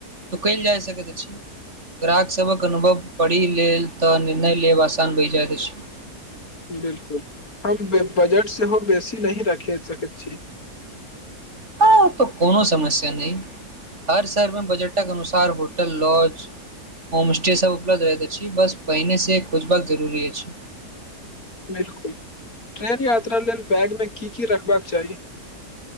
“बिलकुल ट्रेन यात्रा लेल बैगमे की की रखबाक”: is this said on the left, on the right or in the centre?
Left